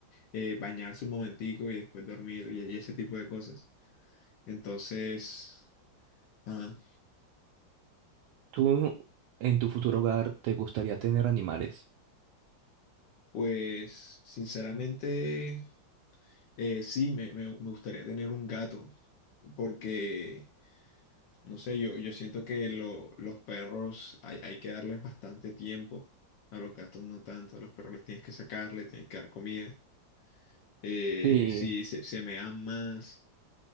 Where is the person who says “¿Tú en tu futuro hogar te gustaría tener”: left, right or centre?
Right